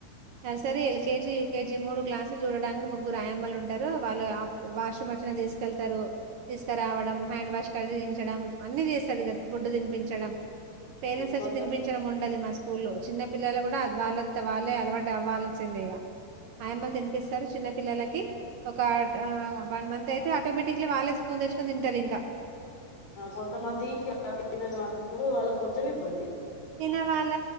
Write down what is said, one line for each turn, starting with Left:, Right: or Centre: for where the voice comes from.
Right: నర్సరీ ఎల్కేజీ యూకేజీ మూడు క్లాసులు చూడడానికి ముగ్గురు ఆయమ్మలు ఉంటారు వాళ్ళు అప్ వాష్రూమ్ వచ్చిన తీస్ కెళ్తారు తీస్కారవడం హ్యాండ్ వాష్ కలిగించడం అన్ని చేస్తారు కద్ ఫుడ్డు తినిపించడం పేరెంట్స్ అచ్చి
Left: కొంత
Right: తినిపించ్ చడానికి ఉండది మా స్కూల్లో చిన్న పిల్లల కూడా అది వాళ్ళంతా వాళ్ళే అలవాటు అవ్వాల్సిందే ఇగా ఆయమ్మలు తినిపిస్తారు చిన్న పిల్లలకి ఒక ఆ వన్ మంత్ అయితే ఆటోమేటిక్లీ వాళ్ళే స్పూన్ తెచ్కోన్ తింటార్ ఇంకా
Left: ఆ కొంతమంది <inaudible> వాళ్ళ కొంచెం ఇబ్బంది
Right: తిన వాల